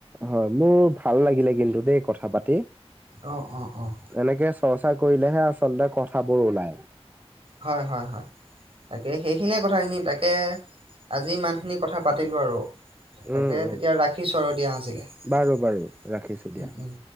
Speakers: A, on the right; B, on the right.
A: হয়, মোৰ ভাল লাগিলে কিন্তু দেই, কথা পাতি।
B: অ' অ' অ'।
A: এনেকে চৰ্চা কৰিলেহে আচলতে কথাবোৰ ওলায়।
B: হয়, হয়, হয়। তাকে সেইখিনিয়ে কথাখিনি, তাকে আজি ইমানখিনি কথা পাতিলোঁ আৰু। তাকে
A: উম উম
B: তেতিয়া ৰাখি আৰু দিয়া আজিলে উম,
A: বাৰু বাৰু ৰাখিছো দিয়া
B: উম।